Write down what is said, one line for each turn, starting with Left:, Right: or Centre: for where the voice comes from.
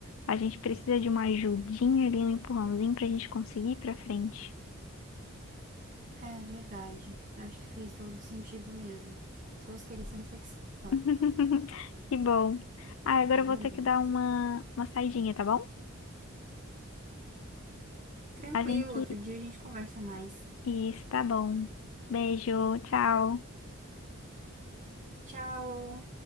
Left: A gente precisa de uma ajudinha ali, um empurrãozinho pra gente conseguir ir pra frente.
Right: É verdade. Acho que fez todo sentido mesmo. Gostei dessa reflexão.
Left: <laughs> Que bom. Ah, agora
Right: Adorei.
Left: eu vou ter que dar uma, uma saidinha, tá bom?
Right: Tranquilo,
Left: A gente.
Right: outro dia a gente conversa mais.
Left: Isso, tá bom. Beijo, tchau.
Right: Tchau!